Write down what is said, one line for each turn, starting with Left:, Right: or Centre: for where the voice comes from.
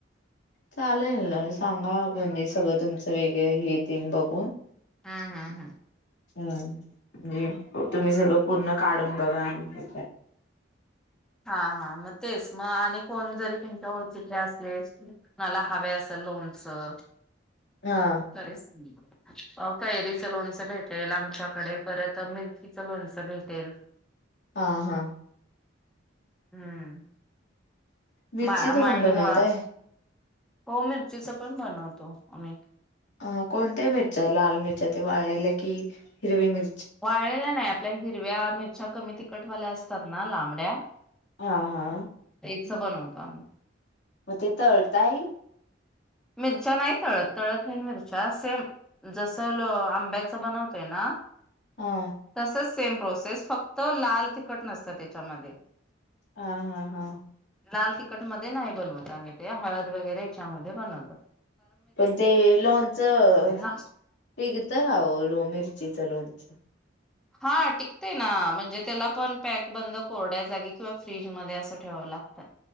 Left: चालेल ना, सांगा म्हणजे सगळं तुमचं वेगळं हे तेन बघून.
Centre: हा हा हा!
Left: हम्म! तुम्ही सगळं पूर्ण काढून बघा आणि हे
Centre: हा हा! मग तेच मग आणि कोण जरी तुमच्या ओळखीतले असले असतील कोणाला हवे असंल लोणचं
Left: हा
Centre: खरेच सा अहो कैरीचं लोणचं भेटेल, आमच्याकडे परत मिर्चीच लोणचं भेटेल.
Left: हा हा!
Centre: हम्म!
Left: मिरचीच
Centre: मा माईन
Left: पण बनवताय
Centre: मुळा हो मिरचीचं पण बनवतो आम्ही.
Left: आ कोणत्या मिरच्या? लाल मिरच्या ते वाळलेल्या की हिरवी मिर
Centre: वाळेलेल्या नाहीत. त्या हिरव्या मिरच्या कमी तिखटवाल्या असतात ना लांबड्या
Left: हा हा!
Centre: मिक्स बनवतो आम्ही.
Left: मग ते तळताय?
Centre: मिरच्या नाही तळत-तळत नाही मिरच्या सेम जसं ल आंब्याच बनवतोय ना?
Left: हा!
Centre: तसच सेम प्रोसेस फक्त लाल, तिखट नसतं त्याच्यामध्ये.
Left: हा हा हा!
Centre: लाल, तिखट मध्ये नाही बनवत आम्ही ते. हळद वगैरे च्यामध्ये बनव
Left: पण ते लोणचं
Centre: ना
Left: पिकतं का ओ? लोम मिरचीचं लोण अच्छा.
Centre: हा टिकतंय ना, म्हणजे त्याला पण पॅक बंद, कोरड्या जागी किंवा फ्रीजमध्ये असं ठेवाव लागतं.